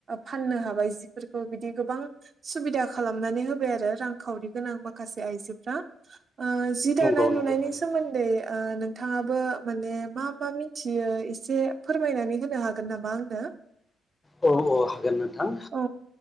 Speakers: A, on the right; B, on the left.
A: फाननो हाबाय जिफोरखौ बिदि गोबां सुबिदा खालामनानै होबाय आरो रांखावरि गोनां माखासे आइजोफ्रा ओ जि दानाय
B: नंगौ
A: लुनायनि
B: नंगौ थारैनो
A: सोमोन्दै ओ नों थाङाबो माने मा मा मिथियो एसे फोरमायनानै होनो हागोन नामा आंनो? <inaudible>
B: औ औ हागोन नोंथां
A: औ